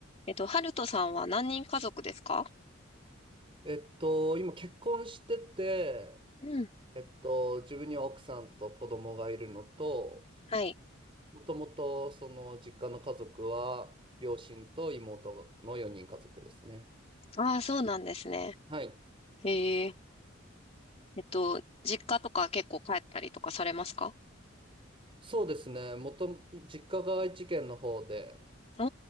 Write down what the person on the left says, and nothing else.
えっと、ハルトさんは何人家族ですか
うん。
はい。
ああ、そうなんですね。
へえ。えっと、実家とか結構帰ったりとかされますか
お